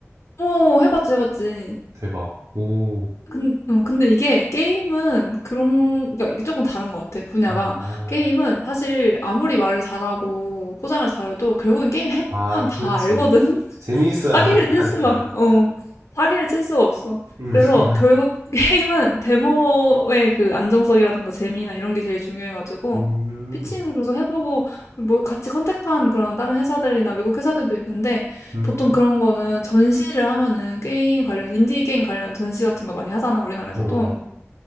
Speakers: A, on the left; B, on the right.
A: 어, 해봤지, 해봤지.
B: 대박. 오.
A: 근, 음, 근데 이게 게임은 그런, 그러니까 이게 조금 다른 것 같아, 분야가.
B: 아,
A: 게임은 사실 아무리 말을 잘하고 포장을 잘해도 결국엔 게임 해보면
B: 아,
A: 다
B: 그렇지.
A: 알거든. <laughs>
B: 재미있어야
A: 사기를
B: 하-
A: 칠
B: 하니까.
A: 수가, 어, 사기를 칠 수가 없어.
B: 음,
A: 그래서
B: <laughs>
A: 결국 <laughs> 게임은 데모의 그 안정성이라든가 재미나 이런 게 제일 중요해가지고,
B: 음,
A: 피칭 그래서 해보고, 뭐 같이 컨택한 그런 다른 회사들이나 외국 회사들도 있는데,
B: 음,
A: 보통 그런 거는 전시를 하면은 게임 관련, 인디 게임 관련 전시 같은 거 많이 하잖아, 우리나라에서도.
B: 어, 어.